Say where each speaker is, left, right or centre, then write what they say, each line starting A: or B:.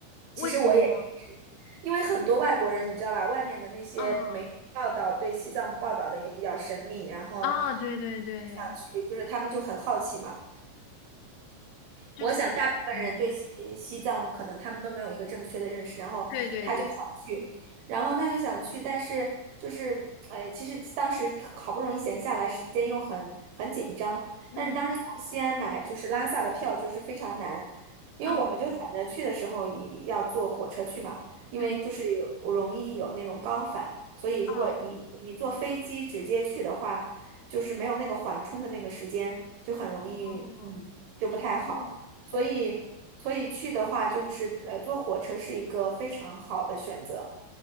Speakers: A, on the right (about 80°); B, on the left (about 85°).
A: 其实我也。
B: 为什么呢？
A: 一直。因为很多外国人，你知道吧，外面的那些媒体报道对西藏报道的也比较神秘，
B: 嗯
A: 然后
B: 啊，对对对，
A: 想去，就是他们就很好奇嘛。
B: 就是
A: 我想大部分人对西呃西藏可能他们都没有一个正确的认识，
B: 嗯，
A: 然后他就想去，
B: 对对对，
A: 然后他就想去，但是就是哎，其实当时好不容易闲下来，时间又很很紧张，
B: 嗯
A: 但是当时从西安买就是拉萨的票就是非常难，因为我们就想着去的时候也要坐火车去嘛，
B: 啊
A: 因为就是有容易有那种高反，
B: 嗯
A: 所以如果你你坐飞机直接去的话，
B: 啊，
A: 就是没有那个缓冲的那个时间，就很容易嗯就不太好。
B: 哦，嗯，好
A: 所以所以去的话，就是呃，坐火车是一个非常好的选择。